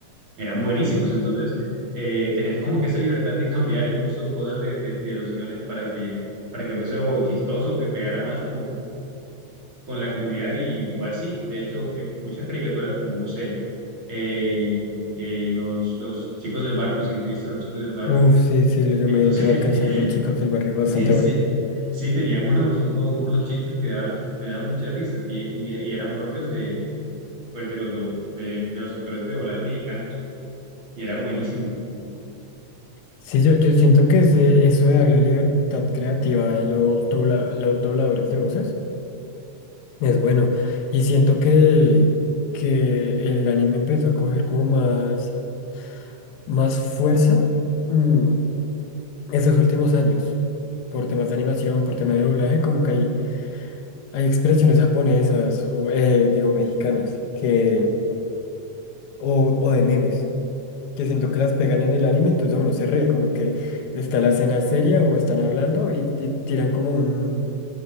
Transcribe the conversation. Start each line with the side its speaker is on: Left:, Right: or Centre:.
Right: eran buenísimos. Entonces, eh, tenían como que esa libertad de cambiar incluso cosas de, de- de los guiones para que, para que fuese o chistoso o que pegara más con, con- con la comunidad y, y fue así. De hecho, eh, muchas caricaturas como, no sé, eh, eh, los, los chicos del barrio, no sé qué si viste, los chicos del barrio.
Left: Uf, sí, sí, yo
Right: Entonces,
Left: me, yo me alcancé a ver los chicos del barrio,
Right: <laughs>
Left: bastante
Right: sí.
Left: buena.
Right: Sí, tenían unos, unos, unos chistes que daban, te dan mucha risa y, y- y eran propios de, pues, de los, do- de, de los actores de doblaje mexicanos y era buenísimo.
Left: Sí, yo, yo siento que ese- eso de darle libertad creativa a los, dobla- los dobladores de voces es bueno. Y siento que, que el anime empezó a coger como más, más fuerza mm, esos últimos años. Por temas de animación, por temas de doblaje, como que hay, hay expresiones japonesas o, eh, digo, mexicanas que, o, o de memes. que siento que las pegan en el anime, entonces uno se ríe, como que está la escena seria o están hablando y, y tiran como un,